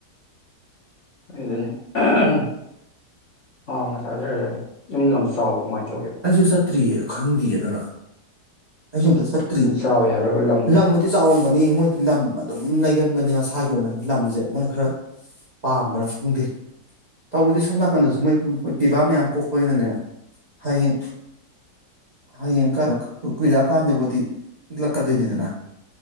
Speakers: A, on the left; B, on the right.
A: ꯑꯗꯨꯅꯤ ꯑꯍꯝ ꯍꯥꯎꯅ ꯆꯥꯖꯔꯅꯤ ꯌꯨꯝ ꯌꯥꯝ ꯆꯥꯎꯕ꯭ꯔꯣ ꯀꯃꯥꯏꯅ ꯇꯧꯒꯦ
B: ꯑꯩꯁꯨ ꯆꯠꯇ꯭ꯔꯤꯌꯦ ꯈꯪꯗꯤꯌꯦ ꯑꯗꯨꯅ ꯑꯩꯁꯨ ꯑꯝꯇ ꯆꯠꯇ꯭ꯔꯤ
A: ꯌꯨꯝ ꯆꯥꯎꯋꯤ ꯍꯥꯏꯕ꯭ꯔꯕ ꯂꯝꯗꯣ
B: ꯂꯝꯕꯨꯗꯤ ꯆꯥꯎꯔꯝꯒꯅꯤ ꯃꯣꯏꯗꯤ ꯂꯝ ꯑꯗꯨꯝ ꯂꯩ ꯒꯟꯕꯅꯤ ꯃꯁꯥꯒꯤ ꯑꯣꯏꯅ ꯂꯝꯖꯦ ꯃꯣꯏ ꯈꯔ ꯄꯥꯝꯕ꯭ꯔꯥ ꯈꯪꯗꯦ ꯇꯧꯕꯗꯤ ꯁꯣꯝꯅꯄ ꯗꯁꯨ ꯃꯣꯏ ꯈꯨꯟ ꯄꯤꯕꯥ ꯃꯌꯥꯝ ꯄꯣꯛꯄꯅꯤꯅꯅꯦ ꯍꯌꯦꯡ ꯍꯌꯦꯡ ꯀꯔꯛ ꯀꯨ ꯀꯨꯏꯔꯀꯥꯟꯗꯕꯨꯗꯤ ꯄꯤꯛꯂꯛꯀꯗꯣꯏꯅꯤꯗꯅ